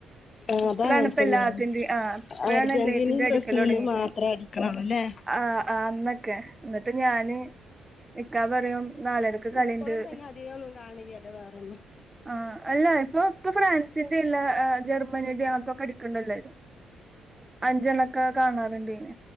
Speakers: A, on the left; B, on the right.
A: ആ
B: ഇപ്പളാണ്
A: അതങ്ങനെ
B: ഇപ്പല്ലാത്തിന്റേം
A: തന്നെയാണ്
B: ആ ഇപ്പഴാണ്
A: അർജന്റീനയും
B: എല്ലേത്തിന്റേം
A: ബ്രസീലും
B: അടിക്കല് തൊടങ്ങിക്ക്ണ്
A: മാത്രം അടിക്കണുള്ളൂ അല്ലേ
B: ആ ആ അന്നൊക്കെ ഇന്നിട്ട് ഞാന് ഇക്കാ പറയും നാലരക്ക് കളിണ്ട്
A: ഇപ്പോഴും തന്നെ അധികം ഒന്നും കാണില്യാല്ലോ വേറൊന്നും
B: ആ അല്ല ഇപ്പൊ ഇപ്പൊ ഫ്രാൻസിന്റെ ഇള്ള ജർമനി അങ്ങനെത്തൊക്കെ അടിക്കണ്ട് എല്ലാരും അഞ്ചേണ്ണം ഒക്കെ കാണാറുണ്ടേന്